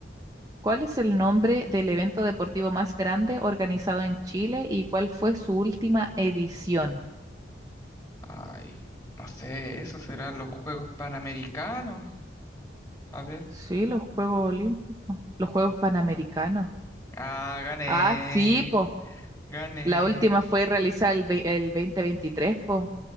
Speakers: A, on the right; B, on the left.
A: ¿Cuál es el nombre del evento deportivo más grande organizado en Chile y cuál fue su última edición?
B: Ay, no sé, Esos serán los Juegos Panamericanos. A ver.
A: Sí, los Juegos Olímpicos, los Juegos Panamericanos.
B: Ah, gané,
A: Ah, sí, po.
B: gané,
A: La última fue realizada el, ve, el 2023, po.